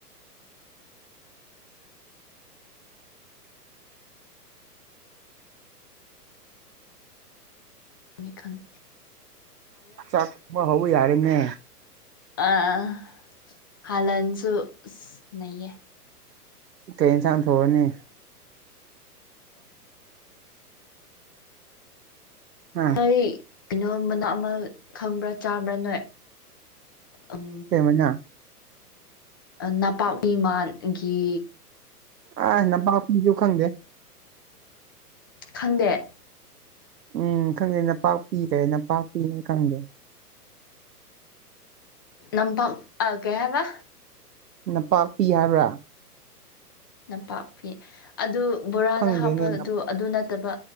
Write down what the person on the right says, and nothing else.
ꯆꯥꯛ ꯕꯥ ꯍꯧꯕ ꯌꯥꯔꯦ ꯅꯦ
ꯀꯩ ꯌꯦꯟꯁꯥꯡ ꯊꯣꯡꯉꯥꯅꯤ ꯍꯥ
ꯀꯩ ꯃꯅꯥ
ꯑꯥ ꯅꯄꯥꯛꯄꯤꯖꯨ ꯈꯪꯗꯦ
ꯎꯝ ꯈꯪꯗꯦ ꯅꯄꯥꯛꯄꯤ ꯀꯦ ꯅꯄꯥꯛꯄꯤꯅꯦ ꯈꯪꯗꯦ
ꯅꯄꯥꯛꯄꯤ ꯍꯥꯏꯕ꯭ꯔꯥ
ꯈꯪꯗꯦꯅꯦ
ꯅ